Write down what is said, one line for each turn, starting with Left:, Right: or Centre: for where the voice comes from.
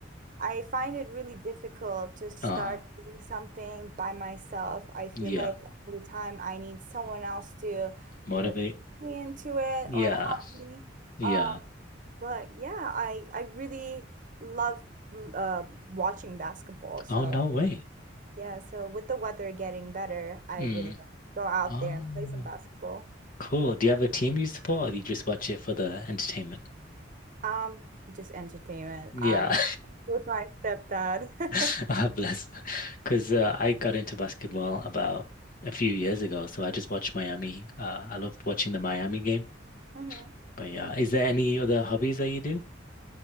Right: I find it really difficult to start
Left: Uh-huh.
Right: doing something by myself. I feel
Left: Yeah.
Right: like all the time I need someone else to
Left: Motivate.
Right: kind of put me into it
Left: Yeah.
Right: or help me.
Left: Yeah.
Right: Um, but yeah, I I really love uh, watching basketball. So.
Left: Oh, no way.
Right: Yeah, so with the weather getting better, I
Left: Mm.
Right: really want to go out
Left: Oh,
Right: there and play some basketball.
Left: cool. Do you have a team you support, or do you just watch it for the entertainment?
Right: Um, just entertainment.
Left: Yeah.
Right: I with my stepdad. <laughs>
Left: <laughs> Ah, bless. Because uh, I got into basketball about a few years ago, so I just watched Miami. Uh, I loved watching the Miami game.
Right: hmm
Left: But yeah, is there any other hobbies that you do?